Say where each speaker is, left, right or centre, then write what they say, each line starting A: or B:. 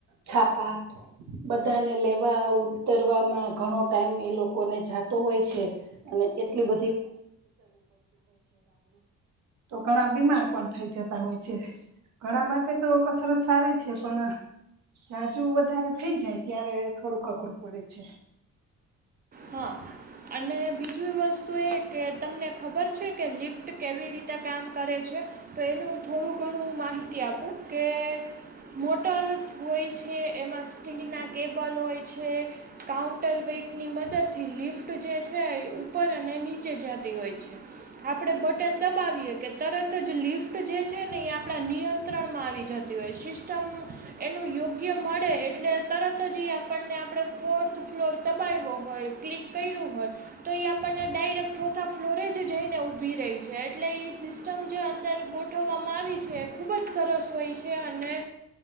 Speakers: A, on the right (about 65°); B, on the right (about 30°).
A: છાપા બધાને લેવા ઉતરવામાં ઘણો ટાઈમ એ લોકો. ને જાતો હોય છે અને એટલી બ તો ઘણા બીમાર પણ થઈ જતા હોય છે ઘણા માટે તો કસરત સારી છે પણ. જાજુ વધારે થઈ જાય ત્યારે થોડુંક અઘરું પડે છે
B: હા અને બીજું વસ્તુ એ કે તમને ખબર છે કે લિફ્ટ કેવી રીતે કામ કરે છે તો એનું થોડું ઘણું માહિતી આપું કે. મોટર હોય છે એમાં સ્ટીલ ના કેબલ હોય છે કાઉન્ટર વ ટનીમત. લિફ્ટ જે છે એ ઉપર અને નીચે જતી હોય છે આપડે બટન દબાવ કે તરત જ લિફ્ટ જે છે ને એ આપણા નિયંત્રણમાં આવી જતી હોય સિસ્ટમ એનું યોગ્ય મળે એટલે તરત જ એ આપણને આપણે ફોર્થ ફ્લોર દબાવ્યો હોય ક્લિક કર્યું હોય તો એ આપણને ડાયરેક્ટ ચોથા ફ્લોરે જ જઈને ઊભી રહી છે એટલે એ સિસ્ટમ જે અંદર ગોઠવવામાં આવી છે એ ખૂબ જ સરસ હોય છે અને